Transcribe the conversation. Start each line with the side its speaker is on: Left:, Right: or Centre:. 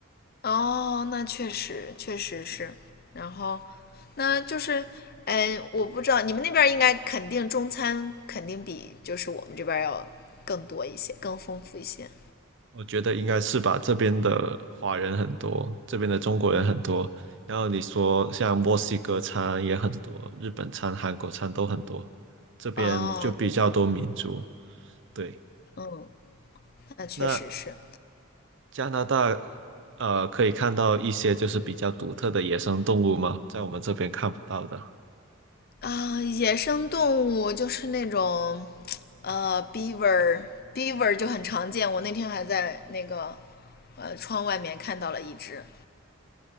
Left: 哦，那确实确实是，然后那就是，哎，我不知道你们那边应该肯定中餐肯定比就是我们这边要更多一些，更丰富一些，
Right: 我觉得应该是吧。这边的华人很多，这边的中国人很多，
Left: 嗯，
Right: 然后你说像墨西哥餐也很多，日本餐、韩国餐都很多，这边就比较多民族，
Left: 哦，对
Right: 对。
Left: 嗯，那确实是。
Right: 那加拿大，呃，可以看到一些就是比较独特的野生动物吗？在我们这边看不到的。
Left: 啊，野生动物就是那种，呃，beaver beaver 就很常见。我那天还在那个，呃，窗外面看到了一只。